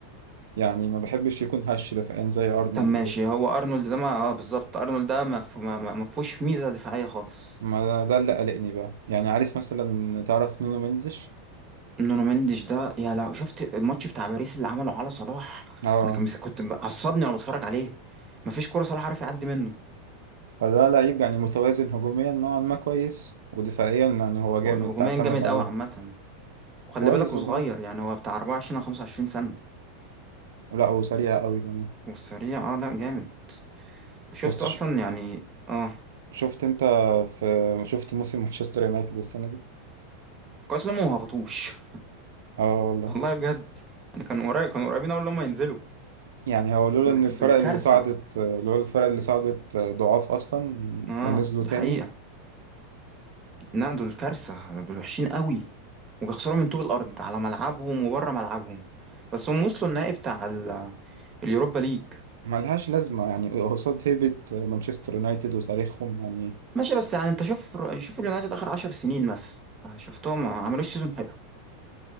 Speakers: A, on the right (about 80°); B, on the right (about 25°).
A: يعني ما بحبش يكون هش دفاعيا زي ارنولد
B: طب ماشي
A: كده
B: هو أرنولد ده ما اه بالظبط أرنولد ده ما ف- ما- ما- ما فيهوش ميزة دفاعية خالص
A: ما ده ده اللي قلقني بقى يعني عارف مثلا تعرف نونو مندش
B: نونو مندش ده يا لو شفت الماتش بتاع باريس اللي عمله على صلاح
A: اه
B: انا كان مس- كنت عصبني وانا بتفرج عليه مفيش كوره صلاح عارف يعدي منه
A: فده لعيب يعني متوازن هجوميا نوعا ما كويس ودفاعيا يعني هو جامد
B: هجوميا
A: تعتمد
B: جامد
A: عليه
B: قوي عامه وخلي
A: كويس
B: بالك وصغير
A: هجوميا
B: يعني هو بتاع 24 او 25 سنه
A: لا وسريع قوي كمان
B: وسريع اه لا جامد وشفت
A: بس
B: اصلا
A: ش...
B: يعني اه
A: شفت انت في شفت موسم مانشستر يونايتد السنه دي
B: كويس لما ما هبطوش
A: اه
B: <laughs>
A: والله
B: والله بجد يعني كانوا قريب كانوا قريبين اول لما ينزلوا
A: يعني هو لولا
B: دول
A: ان الفرق
B: دول
A: اللي
B: كارثه
A: صعدت لولا الفرق اللي صعدت ضعاف اصلا
B: اه
A: ونزلوا
B: دي
A: تاني
B: حقيقه لا دول كارثه دول وحشين قوي وبيخسروا من طوب الارض على ملعبهم وبره ملعبهم بس هم وصلوا النهائي بتاع ال- اليوروبا ليج
A: ملهاش لازمه يعني قصاد هيبه مانشستر يونايتد وتاريخهم يعني
B: ماشي بس يعني انت شوف شوف اليونايتد اخر عشر سنين مثلا آه، شفتهم ما عملوش سيزون حلو